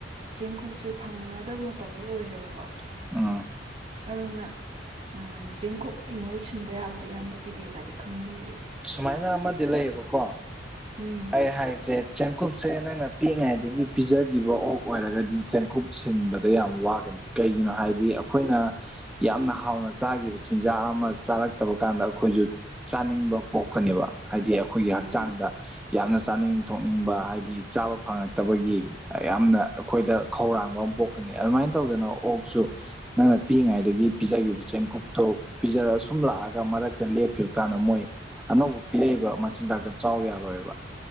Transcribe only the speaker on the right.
ꯆꯦꯡꯀꯨꯞꯁꯦ ꯐꯪꯅꯗꯕ ꯃꯇꯝꯗꯣ ꯑꯣꯏꯔꯦꯕꯀꯣ
ꯑꯗꯨꯅ ꯑꯥ ꯆꯦꯡꯀꯨꯞꯀꯤ ꯃꯍꯨꯠ ꯁꯤꯟꯕ ꯌꯥꯕꯗꯤ ꯏꯌꯥꯝꯕ ꯀꯩ ꯀꯩꯀꯥꯗꯤ ꯈꯪꯕꯤꯒꯦ
ꯎꯝ
ꯎꯝ